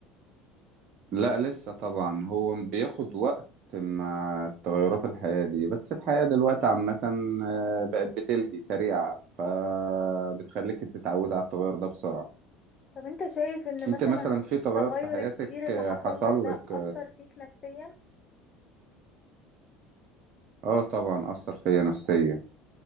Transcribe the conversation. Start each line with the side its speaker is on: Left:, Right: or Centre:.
Right: لا لسه طبعا هو بياخد وقت مع تغيرات الحياة دي بس الحياة دلوقتي عامة آه، بقت بتلهي سريعة فبتخليك تتعودي على التغير ده بسرعة
Left: طب انت شايف ان
Right: انت
Left: مثلا
Right: مثلا في تغير
Left: التغير
Right: في حياتك
Left: الكبير اللي
Right: آه،
Left: حصل
Right: حصل
Left: لك ده
Right: لك
Left: اثر فيك نفسيا
Right: اه طبعا اثر فيا نفسيا